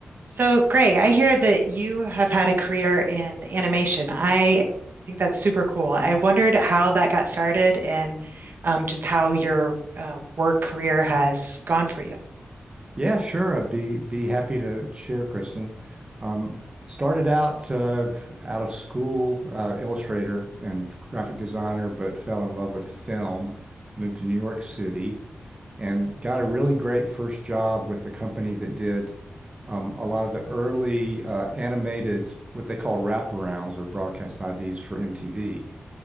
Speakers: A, on the right; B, on the right.
A: So, Greg, I hear that you have had a career in animation. I think that's super cool. I wondered how that got started and um, just how your uh, work career has gone for you.
B: Yeah, sure. I'd be be happy to share, Kristen. Um, started out uh, out of school, uh, illustrator and graphic designer, but fell in love with film. Moved to New York City and got a really great first job with a company that did um, a lot of the early uh, animated, what they call wraparounds or broadcast IDs for MTV.